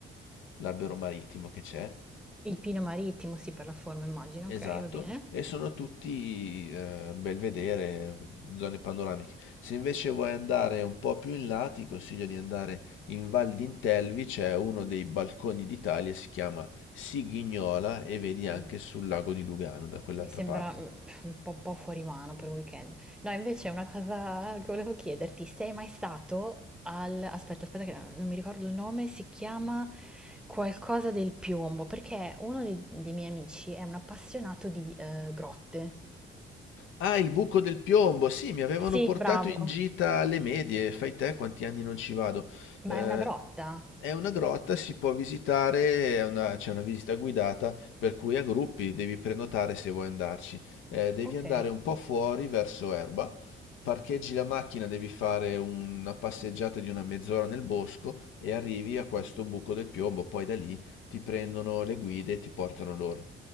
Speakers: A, on the left; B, in the centre.
A: l'albero marittimo che c'è,
B: Il Pino Marittimo, sì, per la forma immagino,
A: Esatto,
B: ok, va bene.
A: e sono tutti eh, bel vedere, zone panoramiche. Se invece vuoi andare un po' più in là, ti consiglio di andare in Val d'Intelvi, c'è uno dei balconi d'Italia, si chiama Sigignola e vedi anche
B: Mm.
A: sul lago di Lugano da quell'altra
B: Mi sembra
A: parte.
B: mm, un po', po' fuori mano per un weekend. No, invece una cosa che volevo chiederti, sei mai stato al... Aspetta, aspetta, che non mi ricordo il nome, si chiama qualcosa del piombo, perché uno dei, dei miei amici è un appassionato di eh, grotte.
A: Ah, il buco del piombo. Sì, mi avevano
B: Sì,
A: portato
B: bravo.
A: in gita alle medie. Fai te quanti anni non ci vado.
B: Ma
A: Eh,
B: è una grotta?
A: è una grotta, si può visitare, è una- c'è una visita guidata, per cui a gruppi devi prenotare se vuoi andarci. Eh, devi
B: Ok.
A: andare un po' fuori verso Erba. Parcheggi la macchina, devi fare una passeggiata di una mezz'ora nel bosco e arrivi a questo buco del piombo. Poi da lì ti prendono le guide e ti portano loro.